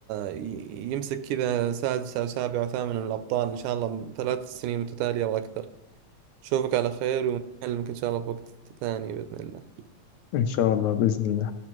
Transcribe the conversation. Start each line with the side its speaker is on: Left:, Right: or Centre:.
Right: ي- يمسك كذا سادس او سابع او ثامن من الابطال ان شاء الله ثلاث سنين متتالية واكثر اشوفك على خير ونكلمك ان شاء الله في وقت ثاني باذن الله
Left: إن شاء الله بإذن الله